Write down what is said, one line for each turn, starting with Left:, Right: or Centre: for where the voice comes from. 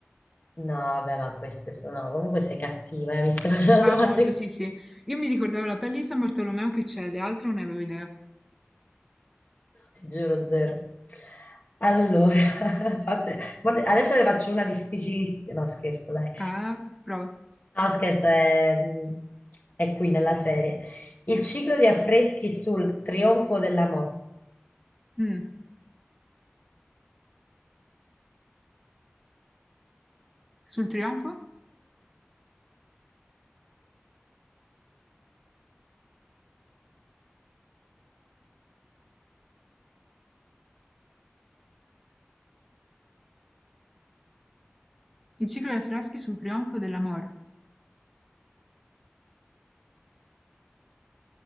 Left: no, vabbè, ma queste sono... Comunque sei cattiva, eh, mi stai facendo
Centre: Ah,
Left: domande.
Centre: molto, sì, sì. Io mi ricordavo la pelle di San Bartolomeo che c'è, le altre non ne avevo idea.
Left: Ti giuro, zero. Allora, <laughs> fate- guarda, adesso ne faccio una difficilissima. No, scherzo, dai.
Centre: Ah, prova.
Left: No, scherzo, è, è qui nella serie. Il ciclo di affreschi sul trionfo dell'amore.
Centre: Mm. Sul trionfo? Il ciclo dei affreschi sul trionfo dell'amor.